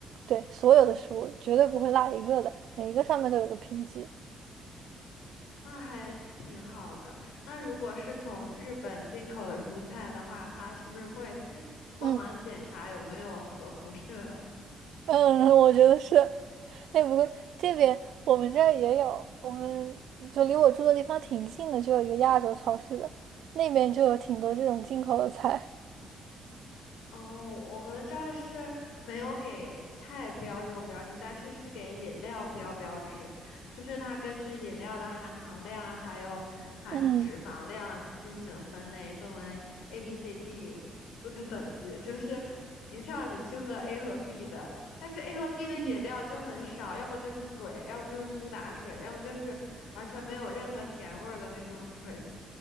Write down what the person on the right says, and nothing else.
对，所有的食物绝对不会落一个的，每一个上面都有个评级。
嗯嗯，我觉得是。哎，不过这边我们这儿也有，我们就离我住的地方挺近的，就有一个亚洲超市的，那边就有挺多这种进口的菜。
<laughs> 嗯。
嗯